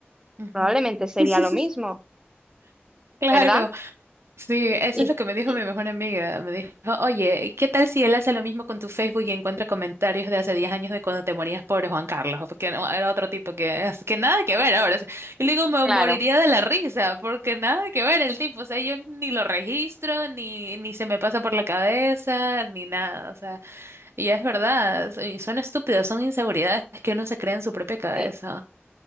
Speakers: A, on the right; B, on the right.
A: ujú.
B: probablemente sería
A: <laughs>
B: lo mismo.
A: Claro,
B: ¿verdad?
A: sí, eso
B: Y,
A: es lo que me dijo
B: y-
A: mi mejor amiga. Me dijo, oye, ¿qué tal si él hace lo mismo con tu Facebook y encuentra comentarios de hace 10 años de cuando te morías por Juan Carlos? Porque no, era otro tipo que, que nada que ver ahora. O sea, yo le digo, me
B: claro,
A: moriría de la risa, porque nada que ver el tipo. O sea, yo ni lo registro, ni, ni se me pasa por la cabeza, ni nada. O sea. Y es verdad, s- y son estúpidos, son inseguridades que uno se crea en su propia cabeza.
B: sí.